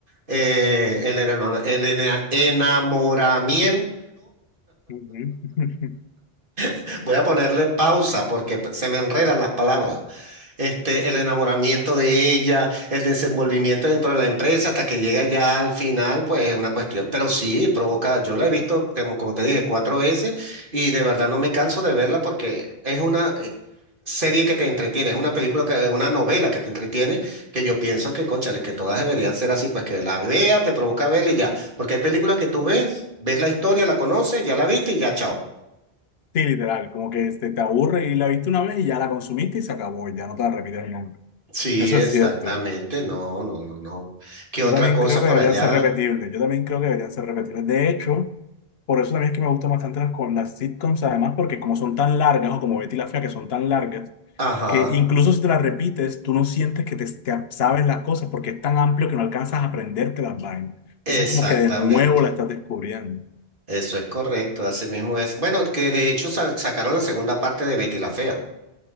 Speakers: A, on the right; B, on the left.
A: eh, el, eno- el ena- enamoramiento.
B: Ujú. <laughs>
A: <laughs> Voy a ponerle pausa porque se me enredan las palabras este, el enamoramiento de ella, el desenvolvimiento dentro de la empresa, hasta que llega ya al final, pues es una cuestión. Pero sí, provoca, yo la he visto, como, como te dije, cuatro veces y de verdad no me canso de verla porque es una eh, serie que te entretiene, es una película, que, una novela que te entretiene, que yo pienso que, cónchale, que todas deberían ser así, pues que la vea, te provoca verla y ya. Porque hay películas que tú ves, ves la historia, la conoces, ya la viste y ya, chao.
B: Sí, literal, como que este, te aburre y la viste una vez y ya la consumiste y se acabó, y ya no te la repites nunca.
A: Sí,
B: Eso
A: exactamente,
B: es cierto.
A: no, no, no, no. ¿Qué
B: Yo
A: otra
B: también
A: cosa
B: creo
A: por
B: que deberían
A: allá?
B: ser repetibles, yo también creo que deberían ser repetibles. De hecho, por eso también es que me gustan bastante las, con las sitcoms, además porque como son tan largas, o como Betty la Fea, que son tan largas,
A: Ajá,
B: que incluso si te las repites, tú no sientes que te, te sabes las cosas porque es tan amplio que no alcanzas a aprenderte las vainas.
A: exactamente.
B: Entonces es como que de nuevo la estás descubriendo.
A: Eso es correcto, así mismo es. Bueno, que de hecho sa- sacaron la segunda parte de Betty la Fea.